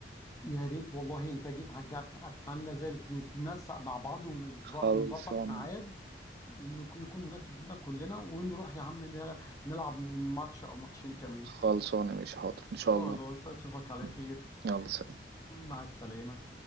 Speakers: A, on the left; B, on the right.
A: يا ريت والله انت جيت على الجرح اتمنى ذلك نس- ننسق مع بعض ونتز-
B: خلصانه
A: ونظبط ميعاد انه يكون مناسب لنا كلنا ونروح يا عم نلعب ماتش او ماتشين كمان
B: خلصانه مش حاضر ان شاء
A: خلاص
B: الله
A: اشوفك على
B: ماشي.
A: خير
B: يلا سلام.
A: مع السلامة